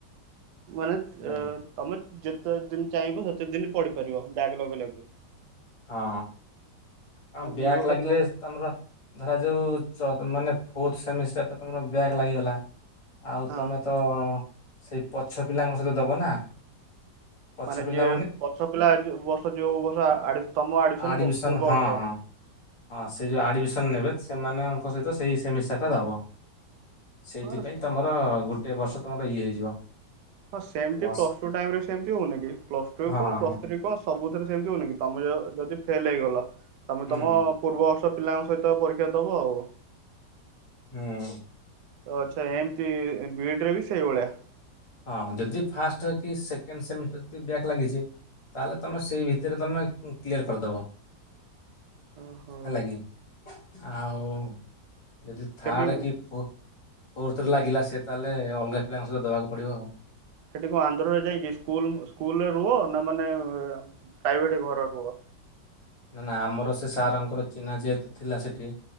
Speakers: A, on the right (about 75°); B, on the left (about 25°).
A: ମାନେ ତ୍
B: ହେଲାକି
A: ଅ ତମେ ଯେତେ ଦିନ୍ ଚାହିଁବ ସେତେ ଦିନ୍ ପଢିପାରିବ ବ୍ୟାକ୍ ଲଗେଇ ଲଗେଇ।
B: ହଁ
A: ମାନେ
B: ଅଁ ବ୍ୟାକ୍
A: ଦୁଇ ବର୍ଷ
B: ଲାଗିଲେସ୍
A: କୋର୍ସ
B: ତମର ଧରା ଯଉ ଚ ମାନେ ଫୋର୍ଥ ସେମିଷ୍ଟାର୍ ଟା ତମର ବ୍ୟାକ୍ ଲାଗିଗଲା ଆଉ
A: ହଁ
B: ତମେ ତ ସେଇ ପଛ ପିଲାଙ୍କ ସହିତ ଦବ ନା। ପଛ
A: ମାନେ
B: ପିଲା
A: ଯିଏ ପଛ ପିଲା <unintelligible> ବର୍ଷ ଯୋଉ ବର୍ଷ ଆଡ଼୍ ତମ ଆଡ଼ମିସନ
B: ଆଡମିସନ
A: ପୂର୍ବ
B: ହଁ
A: ବର୍ଷ।
B: ହଁ ହଁ ସେ <unintelligible> ଆଡ଼ମିସନ୍ ନେବେ ସେମାନଙ୍କ ସହିତ ସେଇ ସେମିଷ୍ଟାରଟା ଦବ। ସେଇଥିପାଇଁ
A: ବାସ୍
B: ତମର ଗୁଟେ ବର୍ଷ ତମର ଇଏ ହେଇଯିବ।
A: ହଁ ସେମ୍ତି
B: ଲସ୍
A: ପ୍ଲସ୍ ଟୁ ଟାଇମ୍ ରେ ବି ସେମ୍ତି ହଉନି କି ପ୍ଲସ୍ ଟୁ
B: ହଁ
A: କଁ ପ୍ଲସ୍
B: ହଁ
A: ଥ୍ରୀ କଁ ସ୍ ସବୁଥିରେ ସେମ୍ତି ହଉନି କି ତମେ ଯ ଯଦି ଫେଲ୍ ହେଇଗଲ ତମେ
B: ହୁଁ
A: ତମ
B: ହୁଁ
A: ପୂର୍ବବର୍ଷ ପିଲାଙ୍କ ସହିତ ପରୀକ୍ଷା ଦବ ଆଉ।
B: ହୁଁ।
A: ତ ଆଚ୍ଛା ଏମ୍ତି ବିଇଡ଼ିରେ ବି ସେଇ ଭଳିଆ।
B: ହଁ ଯଦି ଫାଷ୍ଟକି ସେକେଣ୍ଡ ସେମିଷ୍ଟାର ଯଦି ବ୍ୟାକ୍ ଲାଗିଚି ତାହେଲେ ତମେ ସେଇ ଭିତରେ ତମେ କ୍ଲିୟର କରିଦବ।
A: ଓହୋ।
B: ହେଲାକିି ଆଉ ଯଦି ଥାର୍ଡକି
A: ସେଠି
B: ଫୋ ଫୋର୍ଥରେ
A: ନାଇଁ
B: ଲାଗିଲାସେ ତାହେଲେ ଅଲଗା ପିଲାଙ୍କ ସହିତ ଦେବାକୁ ପଡ଼ିବ ଆଉ।
A: ସେଠି କଣ ଆନ୍ଧ୍ରରେ ଯାଇକି ସ୍କୁଲ୍ ସ୍କୁଲରେ ରୁହ ନା ମାନେ ପ୍ରାଇଭେଟ୍ ଘର ରୁହ?
B: ନା ନା ଆମର ସେସାରଙ୍କର ଚିହ୍ନା ଯେହେତୁ ଥିଲା ସେଠି